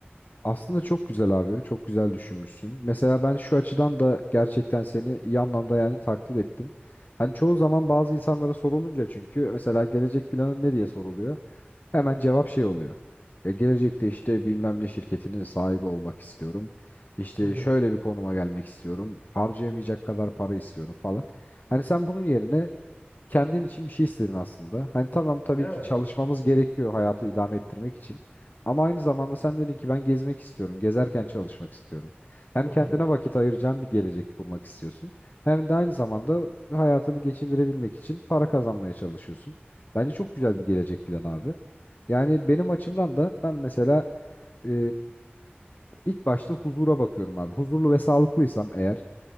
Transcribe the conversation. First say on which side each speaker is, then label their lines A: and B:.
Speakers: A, on the left; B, on the left.
A: Aslında çok güzel abi. Çok güzel düşünmüşsün. Mesela ben şu açıdan da gerçekten seni iyi anlamda yani takdir ettim. Hani çoğu zaman bazı insanlara sorulunca çünkü mesela gelecek planın ne diye soruluyor. Hemen cevap şey oluyor. E, gelecekte işte bilmem ne şirketinin sahibi olmak istiyorum. İşte
B: <laughs> Hı hı.
A: şöyle bir konuma gelmek istiyorum. Harcayamayacak kadar para istiyorum falan. Hani sen bunun yerine kendin için bir şey istedin aslında. Hani tamam tabii
B: Evet.
A: ki çalışmamız gerekiyor hayatı idame ettirmek için. Ama aynı zamanda sen dedin ki ben gezmek istiyorum. Gezerken çalışmak istiyorum. Hem
B: Hı hı.
A: kendine vakit ayıracağın bir gelecek kurmak istiyorsun. Hem de aynı zamanda hayatını geçindirebilmek için para kazanmaya çalışıyorsun. Bence çok güzel bir gelecek planı abi. Yani benim açımdan da ben mesela e, ilk başta huzura bakıyorum abi. Huzurlu ve sağlıklıysam eğer